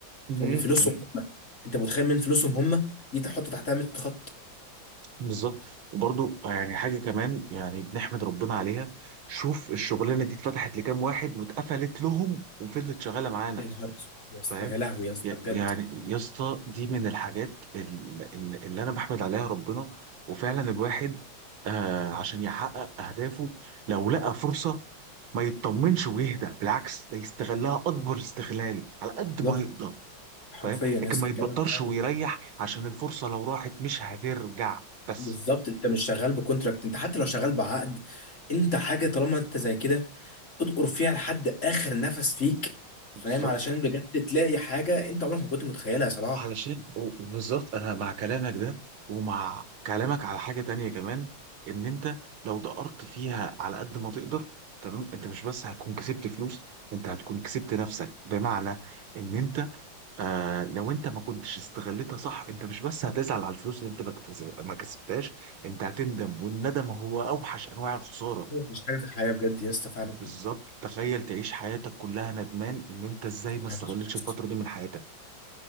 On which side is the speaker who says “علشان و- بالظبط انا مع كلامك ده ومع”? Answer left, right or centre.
Right